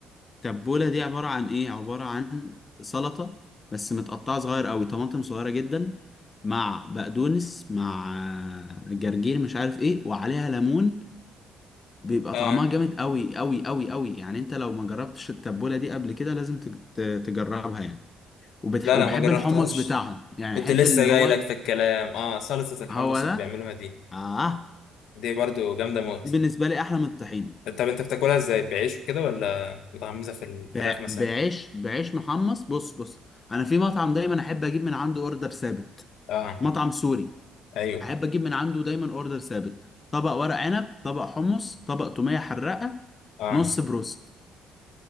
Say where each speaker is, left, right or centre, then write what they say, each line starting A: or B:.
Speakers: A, on the left; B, on the left.
A: تبولة دي عبارة عن ايه عبارة عن سلطة بس متقطعة صغير قوي طماطم صغيرة جدا مع بقدونس مع جرجير مش عارف ايه وعليها ليمون بيبقى
B: اه
A: طعمها جامد قوي قوي قوي قوي يعني انت لو ما جربتش التبولة دي قبل كده لازم تج- ت- تجربها يعني وبتح...
B: لا
A: وبحب
B: لا ما جربتهاش
A: الحمص بتاعهم يعني
B: كنت
A: احب
B: لسه
A: اللي
B: جاي
A: هو
B: لك في الكلام اه صلصه الحمص
A: هو ده
B: اللي بيعملوها دي
A: اه
B: دي برضو جامده موت
A: دي بالنسبة لي احلى من الطحينة
B: طب انت بتاكلها ازاي بعيش وكده ولا متغمسه في الفراخ
A: ب...
B: مثلا
A: بعيش بعيش محمص بص بص انا في مطعم دايما احب اجيب من عنده اوردر ثابت
B: اه
A: مطعم سوري
B: ايوه
A: احب اجيب من عنده دايما اوردر ثابت طبق ورق عنب طبق حمص طبق تومية حراقة
B: اه
A: نص بروست